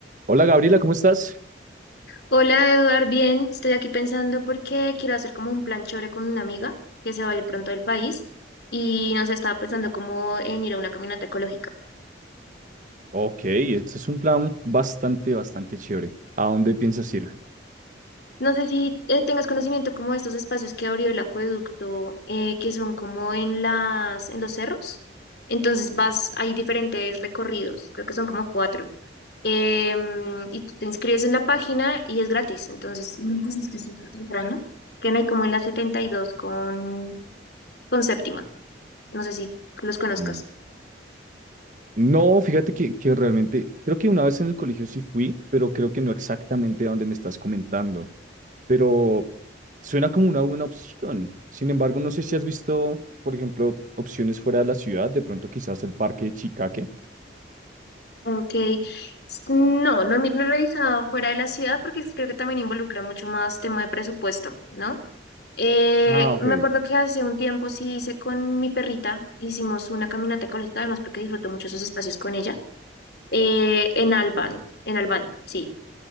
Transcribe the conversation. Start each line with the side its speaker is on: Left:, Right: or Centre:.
Right: Hola Gabriela, ¿cómo estás?
Left: Hola Eduard, bien, estoy aquí pensando porque quiero hacer como un plan chévere con una amiga que se va a ir pronto del país y no sé, estaba pensando como en ir a una caminata ecológica.
Right: Ok, ese es un plan bastante, bastante chévere. ¿A dónde piensas ir?
Left: No sé si eh, tengas conocimiento como de estos espacios que abrió el acueducto, eh, que son como en las, en los cerros. Entonces vas, hay diferentes recorridos, creo que son como cuatro. Em, y tú te inscribes en la página y es gratis. Entonces, lo único sí es que es súper temprano, que no hay como en la 72 con, con séptima. No sé si los conozcas.
Right: Mm, No, fíjate que, que realmente, creo que una vez en el colegio sí fui, pero creo que no exactamente a donde me estás comentando. Pero suena como una buena opción. Sin embargo, no sé si has visto, por ejemplo, opciones fuera de la ciudad, de pronto quizás el parque de Chicaque.
Left: Ok. S- No, no, he- no he revisado fuera de la ciudad porque es que creo que también involucra mucho más tema de presupuesto, ¿no? Eh,
Right: Ah, ok.
Left: me acuerdo que hace un tiempo sí hice con mi perrita, hicimos una caminata ecológica, además porque disfruto mucho esos espacios con ella, eh, en Albán, en Albán, sí.